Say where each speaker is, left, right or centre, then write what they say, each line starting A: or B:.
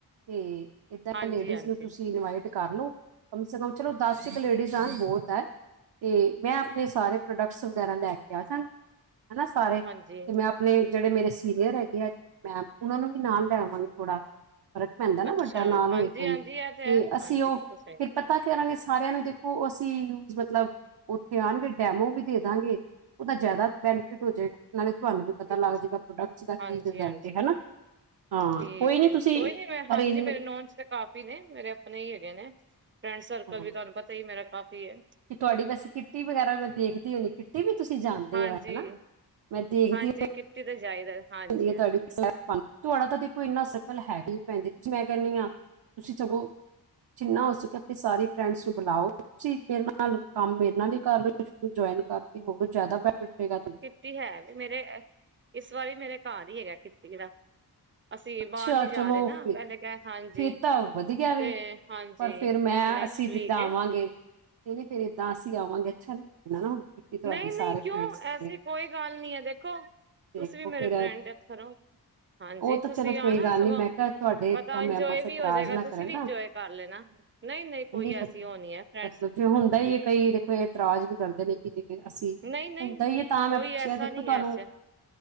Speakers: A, on the right; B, on the right.
A: ਤੇ ਏਦਾਂ ਆਪਾ
B: ਹਾਂਜੀ
A: ਲੇਡੀਸ
B: ਹਾਂਜੀ
A: ਨੂੰ ਤੁਸੀਂ ਇਨਵਾਈਟ, ਕਰ ਲਓ, ਕਮ ਸੇ ਕਮ ਚਲੋ ਦਸ ਕ ਲੇਡੀਸ ਆਣ ਬੋਤ ਆ, ਤੇ ਮੈਂ ਆਪਣੇ ਸਾਰੇ ਪ੍ਰੋਡਕਟਸ ਵਗੈਰਾ ਲੈ ਕੇ ਆ ਜਾ, ਹਨਾ ਸਾਰੇ
B: ਹਾਂਜੀ
A: ਤੇ ਮੈਂ, ਤੇ ਜਿਹੜੇ ਮੇਰੇ ਸੀਨੀਅਰ ਹੈਗੇ ਆ, ਮੈਮ ਉਹਨਾਂ ਨੂੰ ਵੀ ਨਾਲ ਲੈ ਆਵਾਗੀ ਥੋੜਾ, ਫ਼ਰਕ ਪੈਂਦਾ ਨਾ
B: ਅੱਛਾ
A: ਵੱਡਾ ਨਾਲ
B: ਹਾਂਜੀ
A: ਹੋਏ ਕੋਈ
B: ਹਾਂਜੀ ਇਹ
A: ਤੇ
B: ਹੈ
A: ਅਸੀਂ
B: ਹਾਂਜੀ
A: ਉਹ
B: ਬਿਲਕੁਲ
A: ਫਿਰ
B: ਸਹੀ ਗੱਲ
A: ਪਤਾ,
B: ਹੈ
A: ਕਰਾਂਗੇ ਸਾਰਿਆਂ ਨੂੰ ਦੇਖੋ ਅਸੀਂ ਮਤਲਬ, ਉੱਥੇ ਆਣਗੇ ਡੈਮੋ ਵੀ ਦੇ ਦਾਂਗੇ, ਉਹਦਾ ਜ਼ਿਆਦਾ ਬੈਨੀਫਿਟ ਹੋ ਜਾਏਗਾ, ਨਾਲੇ ਤੁਹਾਨੂੰ ਵੀ ਪਤਾ
B: ਬਿਲਕੁਲ
A: ਲੱਗ ਜਾਏਗਾ ਪ੍ਰੋਡਕਸ ਦਾ ਕੀ
B: ਹਾਂਜੀ
A: ਰਿਜ਼ਲਟ
B: ਹਾਂਜੀ
A: ਏ ਹਨਾ, ਹਾਂ
B: ਠੀਕ
A: ਕੋਈ ਨੀ
B: ਹੈ
A: ਤੁਸੀਂ
B: ਕੋਈ ਨੀ ਮੈਂ ਹਾਂਜੀ
A: ਅਰੇਂਜਮੈਂਟ
B: ਮੇਰੇ ਨੋਨ ਚ ਤੇ ਕਾਫੀ ਨੇ, ਮੇਰੇ ਆਪਣੇ ਈ ਹੈਗੇ ਨੇ, ਫਰੈਂਡ ਸਰਕਲ
A: ਹਾਂ
B: ਵੀ ਤੁਹਾਨੂੰ ਪਤਾ ਈ ਐ ਮੇਰਾ ਕਾਫੀ ਏ,
A: ਕਿ ਤੁਹਾਡੀ ਵੈਸੇ ਕਿੱਟੀ ਵਗੈਰਾ ਵੀ ਮੈਂ ਦੇਖਦੀ ਹੁੰਦੀ ਕਿੱਟੀ ਵੀ ਤੁਸੀਂ ਜਾਂਦੇ
B: ਹਾਂਜੀ
A: ਐ ਹਨਾ, ਮੈਂ ਦੇਖਦੀ
B: ਹਾਂਜੀ
A: ਹ
B: ਕਿੱਟੀ ਤਾਂ ਜਾਈਦਾ, ਹਾਂਜੀ
A: ਕਿੱਟੀ ਦੀਆ
B: ਹਾਂਜੀ
A: ਤੁਹਾਡੀ ਸਨੈਪ ਪਾਨੀ ਤੁਹਾਡਾ ਤਾਂ ਦੇਖੋ ਇੰਨਾ ਸਰਕਲ ਹੈਨੀ, ਭੈਣ ਜੀ ਤੁਸੀਂ ਮੈਂ ਕੇਹਣੀ ਆ, ਤੁਸੀਂ ਸਗੋਂ ਜਿੰਨਾ ਹੋ ਸਕੇ ਆਪਣੀ ਸਾਰੀ ਫਰੈਂਡਸ ਨੂੰ ਬਲਾਓ ਤੁਸੀਂ ਮੇਰੇ ਨਾਲ ਕੰਮ ਮੇਰੇ ਨਾਲ ਹੀ ਕਰ ਲੋ, ਸ਼ੁਰੂ ਤੋ ਜੁਆਇਨ ਕਰਕੇ ਹੋਰ ਜ਼ਿਆਦਾ ਬੈਨੀਫਿਟ ਰਹੇਗਾ ਤੁਹਾਨੂੰ,
B: ਕਿੱਟੀ ਹੈ ਵੀ ਮੇਰੇ ਏ ਇਸ ਵਾਰੀ ਮੇਰੇ ਘਰ ਹੀ ਹੈਗਾ ਕਿੱਟੀ ਦਾ, ਅਸੀਂ ਬਾਹਰ
A: ਅੱਛਾ
B: ਨੀ ਜਾ
A: ਚਲੋ
B: ਰਹੇ ਨਾ,
A: ਫ
B: ਪਹਿਲੇ ਕ ਹਾਂਜੀ
A: ਫੇਰ ਤਾਂ ਵਧੀਆ ਵੇ
B: ਤੇ ਹਾਂਜੀ,
A: ਪਰ ਫੇਿਰ ਮੈਂ
B: ਨੈਕਸਟ
A: ਅਸੀਂ
B: ਵੀਕ
A: ਜਿੱਦਾਂ
B: ਏ
A: ਆਵਾਂਗੇ, ਨਹੀਂ -ਨਹੀਂ ਫੇਿਰ ਇੱਦਾਂ ਅਸੀਂ ਆਵਾਂਗੇ ਅੱਛਾ ਨਈ ਲਗੇਗਾ ਨਾ ਹੁਣ, ਕਿਟੀ ਤੁਹਾਡੀ
B: ਨਹੀਂ -ਨਹੀਂ
A: ਸਾਰੇ
B: ਕਿਉਂ
A: ਫਰੈਂਡਸ ਨੇ
B: ਐਸੀ ਕੋਈ ਗੱਲ ਨਈ ਐ, ਦੇਖੋ ਤੁਸੀਂ
A: ਦੇਖੋ
B: ਵੀ ਮੇਰੇ
A: ਫੇਰ
B: ਫਰੈਂਡ ਵਾਕਰ ਔ, ਹਾਂਜੀ
A: ਉਹ ਤਾਂ
B: ਤੁਸੀਂ
A: ਚਲੋ
B: ਆਨਾ
A: ਕੋਈ ਗੱਲ
B: ਸਗੋਂ
A: ਨੀ ਮੈਂ ਕਿਹਾ ਤੁਹਾਡੇ
B: ਪਤਾ
A: ਏਦਾਂ ਮੈਂਬਰਸ
B: ਇੰਜੋਏ ਵੀ
A: ਇਤਰਾਜ਼
B: ਹੋ ਜਾਏਗਾ
A: ਨਾ
B: ਤੁਸੀਂ
A: ਕਰਨ
B: ਵੀ
A: ਨਾ
B: ਇੰਜੋਏ ਕਰ ਲੈਣਾ, ਨਈ -ਨਈ
A: ਨਹੀਂ
B: ਕੋਈ
A: ਨਹੀਂ
B: ਐਸੀ ਉਹ ਨਹੀਂ ਐ ਫਰੈਂਡਸ,
A: ਮਤਲਬ ਜੇ ਹੁੰਦਾ ਐ ਕਈ ਦੇਖੋ ਇਹਤਰਾਜ ਵੀ ਕਰਦੇ ਨੇ ਕਿ ਜੇ, ਅਸੀਂ
B: ਨਹੀਂ ਨਹੀਂ
A: ਹੁੰਦਾ ਹੀ ਹੈ ਤਾਂ
B: ਕੋਈ
A: ਮੈਂ ਪੁੱਛਿਆ
B: ਐਸਾ
A: ਦੇਖੋ
B: ਨਹੀਂ
A: ਤੁਹਾਨੂੰ,
B: ਹੈ ਅੱਛਾ